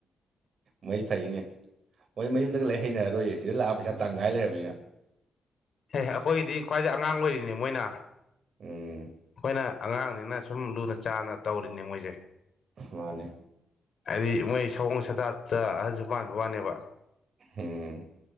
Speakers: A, on the right; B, on the left.
A: ꯃꯩ ꯐꯥꯏꯅꯦ ꯃꯣꯏ ꯃꯌꯨꯝꯗꯒ ꯂ ꯍꯩꯅꯔꯔꯣꯏꯌꯦ ꯁꯤꯗ ꯂꯥꯛꯑꯒ ꯄꯩꯁꯥ ꯇꯪꯈꯥꯏ ꯂꯩꯔꯝꯃꯤꯅ
B: ꯑꯦꯍ ꯑꯩꯈꯣꯏꯒꯤꯗꯤ ꯈ꯭ꯋꯥꯏꯗꯒꯤ ꯑꯉꯥꯡ ꯑꯣꯏꯔꯤꯅꯦ ꯃꯣꯏꯅ
A: ꯎꯝ
B: ꯑꯣꯏꯩꯅ ꯑꯉꯥꯡꯅꯤꯅ ꯁꯨꯝ ꯂꯨꯅ ꯆꯥꯟꯅ ꯇꯧꯔꯤꯅꯦ ꯃꯣꯏꯁꯦ
A: ꯃꯥꯅꯦ
B: ꯍꯥꯏꯗꯤ ꯃꯣꯏ ꯁꯑꯣꯣꯡ ꯁꯇꯥꯠꯇ ꯑꯍꯟꯁꯨ ꯄꯥꯟꯕ ꯋꯥꯅꯦꯕ
A: ꯍꯝ